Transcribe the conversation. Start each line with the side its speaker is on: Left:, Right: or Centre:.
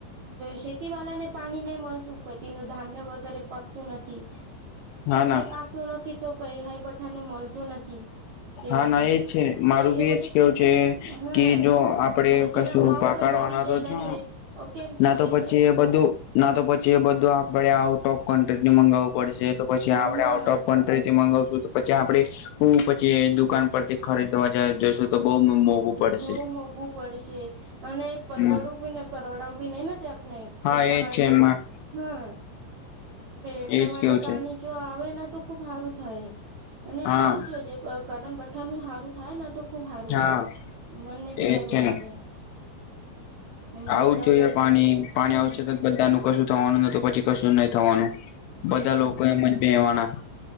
Right: શેતી વાળ ને પાણી નહી મળતું પતી તેનું ધાન્ય વગેરે પકતું નથી.
Left: હા
Right: અને
Left: ના
Right: તે પાકતું નથી તો પૈ હાઈ બઠાને મળતું નથી. તે
Left: હા
Right: માટે
Left: ના એજ છે મારું
Right: એ એ
Left: બી
Right: બટે
Left: એજ કેવું છે
Right: હા
Left: કે જો આપડે
Right: અને
Left: કશું
Right: તેના ભાવ
Left: પાકડવાના
Right: પણ વધી ગયેલા
Left: તો
Right: છે કેમ છે
Left: ના તો
Right: શે
Left: પછી એ બધું ના તો પછી એ બધું આપે આઉટ ઓફ કન્ટ્રી મગાવવું પડશે તો પછી
Right: હા
Left: આપણેે આઉટ ઓફ પણ તય થી મગાવશું તો પછી આપડે હું પછી દુકાન પરથી ખરીદવા જ જશું તો બહુ મોંઘું પડશે
Right: બઉ મોંઘવું પડશે અને પરવડું
Left: હમ
Right: બી ને પરવડાવું બી નઈ તે આપને
Left: હા
Right: એટલા
Left: એજ
Right: માટે
Left: છે એમાં
Right: હા એટલા
Left: એજ
Right: માટે
Left: કેવું
Right: પાણી
Left: છે
Right: જો આવે તો ખુબ સારું થાય. અને
Left: હા
Right: આવજ જે કરણ બધાનું સારું થાય ને તો ખુબ સારું
Left: હા
Right: મનને ભી
Left: એજ
Right: સારું
Left: છે
Right: લાગે
Left: ને
Right: હમ
Left: આવું
Right: બિસરાભાઈ
Left: જ જોઈએ પાણી પાણી
Right: હમ
Left: આવશે તો બધા નુ કશું થવાનું ન તો પછી કશું નહી થવાનું બધા
Right: હમ
Left: લોકો એ મ બેહવાના